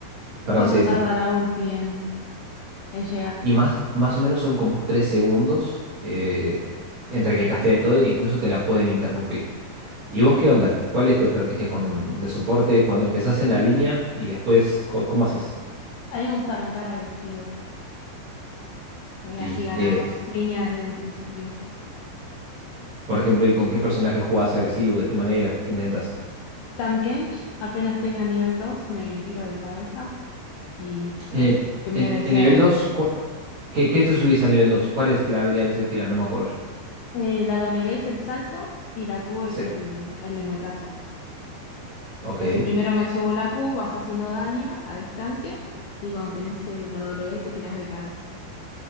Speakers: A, on the right; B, on the left.
A: Perdón,
B: cuánto
A: sí, decime.
B: tarda la ulti en, en llegar?
A: Y más, más o menos son como tres segundos eh, entre que castea y todo, e incluso te la pueden interrumpir. ¿Y vos qué onda? ¿Cuál es tu estrategia con, de soporte cuando empezás en la línea y después co- cómo haces?
B: A mí me gusta arrancar agresivo, eh,
A: Y
B: así ganamos
A: que,
B: línea desde un principio.
A: por ejemplo, ¿y con qué personaje jugás agresivo? ¿De qué manera? ¿Qué intentas?
B: Tam Kench, apenas tenga nivel 2 me tiro de cabeza y
A: El,
B: bueno, que Mía
A: el-
B: desea
A: el nivel
B: el...
A: dos ¿qué, qué te subís al nivel dos ¿Cuál es la habilidad que se tira? No me acuerdo yo.
B: eh, la W es el salto y la Q es
A: Sí,
B: el, el lengüetazo.
A: ok.
B: Entonces primero me subo la Q, vas haciendo daño a distancia y cuando tenés eh, la W te tiras de cabeza.